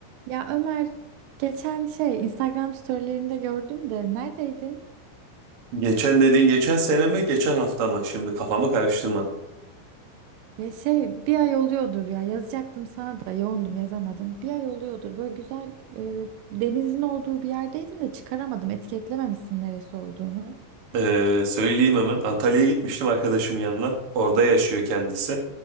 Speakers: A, on the right (about 80°); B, on the right (about 60°).
A: Ya Ömer geçen şey Instagram storylerinde gördüm de neredeydin?
B: Geçen dediğin geçen sene mi geçen hafta mı? Şimdi kafamı karıştırma.
A: Ya şey bir ay oluyordur ya yazacaktım sana da yoğundum yazamadım. Bir ay oluyordur böyle güzel e, denizin olduğu bir yerdeydin de çıkaramadım etiketlememişsin neresi olduğunu.
B: Ee, söyleyeyim hemen. Antalya'ya gitmiştim arkadaşımın yanına. Orada yaşıyor kendisi.